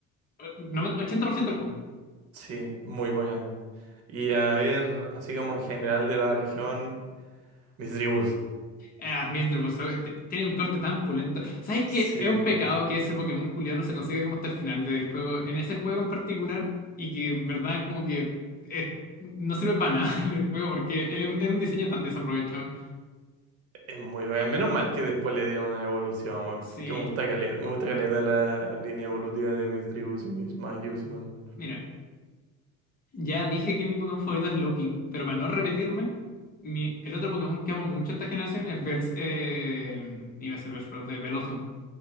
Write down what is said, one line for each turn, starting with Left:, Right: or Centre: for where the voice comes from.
Left: eh, noven- 80% del juego.
Right: sí, muy bacán. Y a ver, así como en general de la región, mis tribus.
Left: Ah, Mr. tiene un corte tan pulento. ¿Sabes
Right: Sí,
Left: qué? Es un pecado que ese Pokémon culiao no se consiga como hasta el final del juego, en ese juego en particular, y que en verdad como que eh, no sirve para nada <laughs> en el juego porque es, un es un diseño tan desaprovechado.
Right: es muy bacán. Menos mal que después le dieron una evolución, weón,
Left: Sí,
Right: porque me gusta caleta, me gusta caleta la línea evolutiva de mis tribus y mis magios, weón.
Left: mira, ya dije que mi Pokémon favorito es Loking, pero para no repetirme, mi, el otro Pokémon que amo mucho esta generación es Vels, eh, iba a ser Bellsprout, de Bellossom.